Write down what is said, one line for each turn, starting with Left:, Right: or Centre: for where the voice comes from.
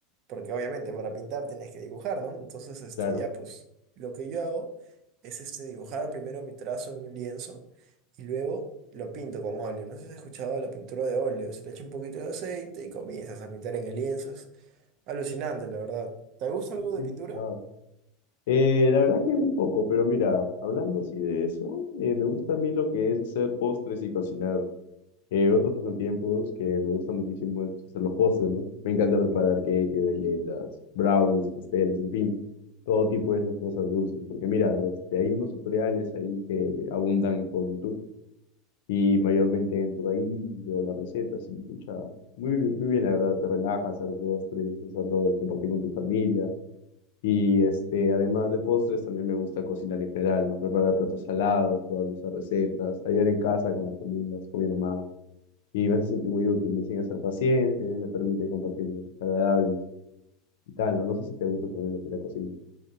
Right: Porque obviamente para pintar tienes que dibujar, ¿no? Entonces, este,
Left: claro.
Right: ya, pues, lo que yo hago es este dibujar primero mi trazo en un lienzo y luego lo pinto con óleo. No sé si has escuchado la pintura de óleo. Se le echa un poquito de aceite y comienzas a pintar en el lienzo. Es alucinante, la verdad. ¿Te gusta algo
Left: Sí,
Right: de
Left: he
Right: pintura?
Left: escuchado. Eh, la verdad que muy poco, pero mira, hablando así de eso, eh, me gusta a mí lo que es hacer postres y cocinar. Eh, otros pasatiempos que me gusta muchísimo es hacer los postres, ¿no? Me encanta preparar cake, galletas, brownies, pasteles, en fin, todo tipo de esas cosas dulces. Porque mira, este, hay unos tutoriales ahí que abundan por YouTube y mayormente entro ahí y veo las recetas y, pucha, muy, muy bien, la verdad, te relajas hacer postres, hacerlo, compartir con tu familia. Y este, además de postres, también me gusta cocinar en general, ¿no? Preparar platos salados, probar nuestras recetas, ayudar en casa con las comidas, con mi mamá. Y me hace sentir muy útil, me enseña a ser paciente, me permite compartir momentos agradables y tal, ¿no? No sé si te gusta también lo que es la cocina.